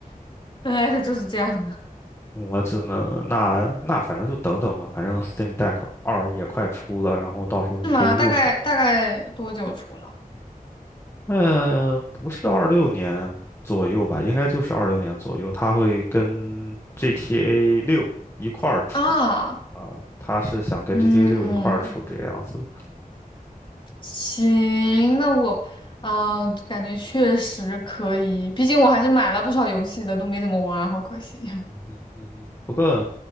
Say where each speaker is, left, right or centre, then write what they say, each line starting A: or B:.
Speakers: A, on the left; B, on the left.
A: ，NS 就是这样的，
B: <laughs> 我只能那那反正就等等吧，反正 Steam Deck 二也快出了，然后到时候你可以入手。
A: 是吗？大概大概多久出呢？
B: 嗯、不是二六年左右吧，应该就是二六年左右，它会跟 GTA 六一块儿出
A: 啊，
B: 啊，它是想跟
A: 嗯，
B: GTA 六一块儿出这个样子。
A: 行，那我啊，感觉确实可以，毕竟我还是买了不少游戏的，都没怎么玩，好可惜。呀。
B: 嗯嗯，不过，